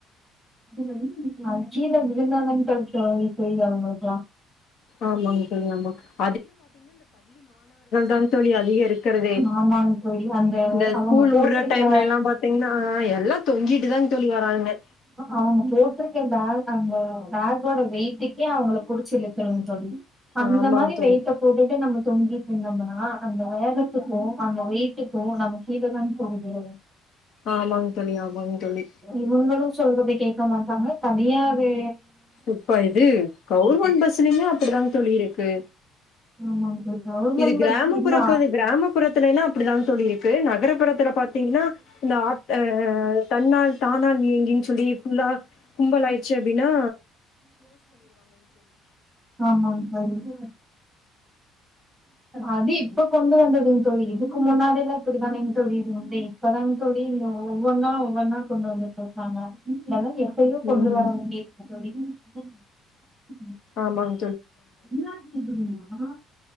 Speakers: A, in the centre; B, on the left.
A: <inaudible> அது கீழ இருந்தா <unintelligible> அவுங்களுக்குலா
B: ஆமாங்க தோழி ஆ தாங்க தோழி அதிகம் இருக்கிறதே
A: ஆமாங் தோழி அந்த
B: இந்த
A: அவுங்க
B: ஸ்கூல்
A: போட்டிருக்க
B: உடுற டைம்ல எல்லா பாத்தீங்கன்னா எல்லா தொங்கிட்டு தாங்க தோழி வரானுங்க
A: அவுங்க போட்டிருக்க பே அங்க பேக்கோட வெயிட்டுக்கே அவுங்கல புடிச்சிழுக்கனோ தோழி அந்த
B: ஆமாங்க
A: மாரி
B: தோழி
A: வெயிட்ட டே நம்ம தொங்கீட் இருந்தோம்மனா அந்த வேகத்துக்கோ அந்த வெயிட்டுக்கோ நம்ம கீழதாங் போயி விழனு
B: ஆமாங்க தோழி ஆமாங்க தோழி
A: இவுங்களோ சொல்றத கே க மாட்டாங்க தனியாவே
B: இப்ப இது கவுர்மெண்ட்
A: சார்
B: பஸ்லியுமே அப்டிதாங் தொழி இருக்கு
A: ஆமாங்க சார் கவர்மெண்ட்
B: இது கிராமப்புற
A: பஸ் இல்ல
B: கதை கிராமப்புறத்துலைனா அப்டிதாங் தோழி இருக்கு நகர புறத்துல பாத்தீங்னா இந்த ஆட் அ தன்னால் தானான் ஏங்கின்னு சொல்லி ஃபுல்லா கும்பல் ஆயிடுச்சு அப்டினா
A: ஆமாங் தோழி அது இப்ப கொண்டு வந்ததுங் தொழி இதுக்கு முன்னாடிலா இப்பிடி தானேங் தோழி இருந்தது இப்பதாங்க தோழி இது ஒவ்வொன்னா ஒவ்வொன்னா கொண்டு வந்துட்டுருக்காங்க <unintelligible> யோ கொண்டு
B: ம்.
A: வர வேண்டி <inaudible> <inaudible>
B: ஆமாங்
A: என்னா <inaudible>